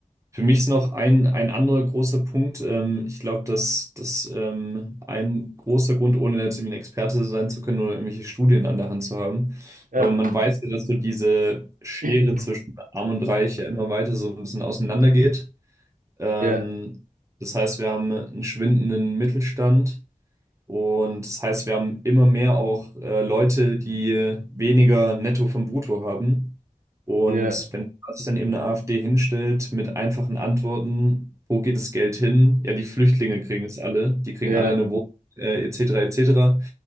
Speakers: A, on the right; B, on the right.
A: für mich ist noch ein, ein anderer großer Punkt. Ähm, ich glaube, dass, dass ähm, ein großer Grund, ohne jetzt irgendwie ein Experte sein zu können oder irgendwelche Studien an der Hand zu haben,
B: ja,
A: aber man weiß ja, dass so diese Schere
B: <clears throat>
A: zwischen Arm und Reich ja immer weiter so ein bisschen auseinandergeht. Ähm,
B: ja,
A: das heißt, wir haben einen schwindenden Mittelstand und das heißt, wir haben immer mehr auch äh, Leute, die weniger Netto vom Brutto haben. Und
B: ja,
A: wenn sich dann eben eine AfD hinstellt mit einfachen Antworten, wo geht das Geld hin? Ja, die Flüchtlinge kriegen es alle, die kriegen
B: ja,
A: alle eine Wohnung, äh, etc., etc.